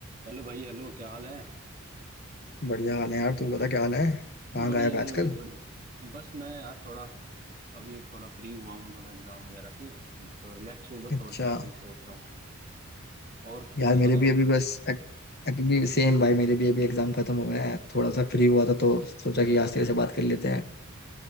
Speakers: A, on the right (about 40°); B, on the left (about 50°).
A: Hello भाई hello क्या हाल है
B: बढ़िया हाल है यार तू बता क्या हाल है कहाँ
A: बढ़िया
B: गायब है
A: मेरे
B: आजकल
A: भाई बढ़िया बस मैं यार थोड़ा अभी थोड़ा फ्री हुआ हूँ थोड़ा एग्जाम वगैरह से तो रिलैक्स हूँ बस
B: अच्छा
A: और क्या अभी सोच रहा हूँ और
B: यार
A: तुम
B: मेरे
A: बताओ
B: भी अभी बस एक- अभी सेम भाई मेरे भी अभी एग्जाम खत्म हुए हैं थोड़ा सा फ्री हुआ था तो सोचा कि आज तेरे से बात कर लेते हैं